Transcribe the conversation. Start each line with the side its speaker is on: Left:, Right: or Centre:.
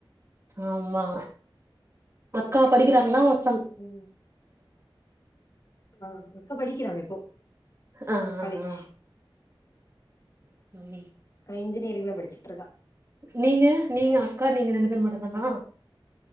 Right: ஆமா அக்கா படிக்கிறாங்களா ஓர்க்
Left: உ ஆ அக்கா படிக்குறாங்க இப்போ
Right: ஆ
Left: காலேஜ்.
Right: ஆ ஆ <unintelligible>
Left: அவ இன்ஜினியரிங்தா படிச்சிட்ருக்கா
Right: நீங்க நீங்க அக்கா நீங்க ரெண்டு பேரு மட்டுந்தானா